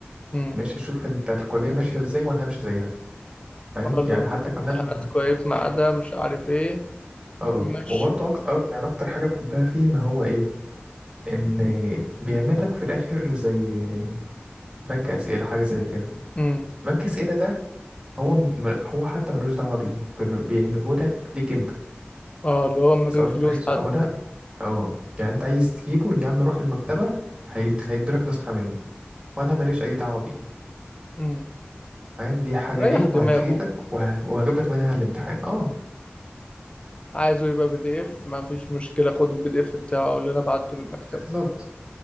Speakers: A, on the left (about 30°); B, on the right (about 25°).
A: امم
B: ماشي شوف أنت الكلية ماشية إزاي وأنا همشي زيها فاهم
A: اه اللي
B: يعني
A: هو
B: حتى
A: امتحانات
B: كمان
A: كويس ما عدا مش عارف ايه
B: اه
A: بيمشي
B: وبرضه أك... أه، يعني اكتر حاجه بحبها فيه ان هو ايه ان بيعمل لك في الاخر زي بنك اسئله حاجه زي كده
A: امم
B: بنك اسئله ده هو م... هو حتى ملوش دعوه بيه بيعمل- بيعمله لك ليك انت
A: اه اللي هو من
B: سواء
A: غير فلوس
B: انت عايزه
A: حتى
B: او لا اه يعني انت عايز تجيبه يا عم روح المكتبه هيد... هيديلك نسخه منه وانا ماليش اي دعوه بيه
A: امم
B: فاهم دي حاجه
A: ريح
B: ليك
A: دماغه
B: وهتفيدك وه... وهجيب لك منها الامتحان اه
A: عايزه يبقى بي دي اف ما فيش مشكلة خد البي دي اف بتاعه اللي انا بعته للمكتبة
B: بالظبط